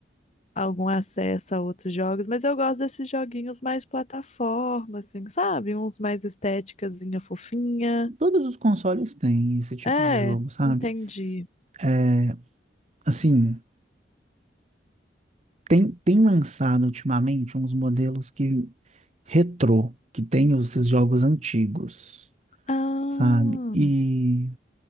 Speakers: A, on the left; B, on the right.
A: algum acesso a outros jogos, mas eu gosto desses joguinhos mais plataforma, assim, sabe? Uns mais estéticazinha fofinha.
B: todos os consoles têm esse tipo
A: É,
B: de jogo, sabe?
A: entendi.
B: É, assim, tem, tem lançado ultimamente uns modelos que retrô, que tem esses jogos antigos.
A: Ah,
B: sabe? E